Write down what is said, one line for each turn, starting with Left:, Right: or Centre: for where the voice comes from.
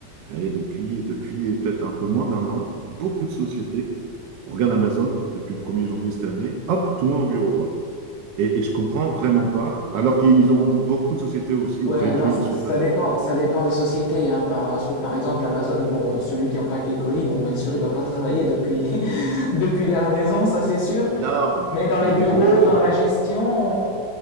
Right: allez, depuis, depuis peut-être un peu moins d'un an, beaucoup de sociétés, regarde Amazon, depuis le 1er janvier cette année, hop, tout le monde au bureau quoi. Et, et je comprends vraiment pas, alors qu'ils ont beaucoup de sociétés aussi
Left: Ouais,
Right: ont réduit
Left: alors ça
Right: les surfaces
Left: ça dépend,
Right: des bureaux.
Left: ça dépend des sociétés, hein, parce que par exemple Amazon, bon, euh, celui qui empaque les colis, bon, bien sûr, il va pas travailler depuis <laughs> depuis la maison, ça c'est sûr.
Right: Non,
Left: Mais dans
Right: mais
Left: les bureaux,
Right: des bureaux, tu
Left: dans
Right: vois.
Left: la gestion,